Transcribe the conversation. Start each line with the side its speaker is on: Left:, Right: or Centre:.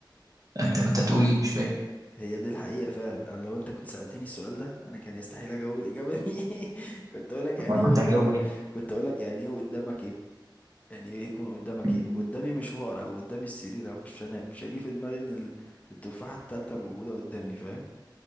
Right: انت كنت هتقول ايه مش فاهم
Left: هي دي الحقيقه فعلا انا لو انت كنت سالتني السؤال ده انا كان يستحيل اجاوب الاجابه دي <laughs> كنت اقول لك يعني
Right: انا
Left: ايه
Right: كنت
Left: قدامك
Right: هجاوب ايه
Left: كنت اقول لك يعني ايه قدامك ايه يعني ايه يكون قدامك
Right: <laughs> م.
Left: ايه قدامي مشوار او قدامي السرير هخش انام مش هيجي في دماغي ان ال- التفاحة التالتة موجودة قدامي فاهم